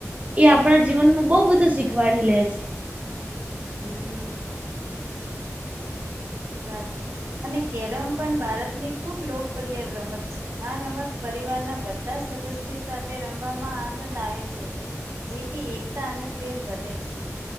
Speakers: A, on the right (about 25°); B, on the right (about 55°).
A: એ આપણા જીવન માં બઉુ બધું શીખવાડી લે છે.
B: હમ્મ. સાચું અને કેરમ પણ ભારતની ખુબ લોકપ્રિય રમત છે. આ રમત પરિવારના બધા સદસ્ય સાથે રમવામાં આનંદ આવે છે. જેથી એકતા અને પ્રેમ વધે છે.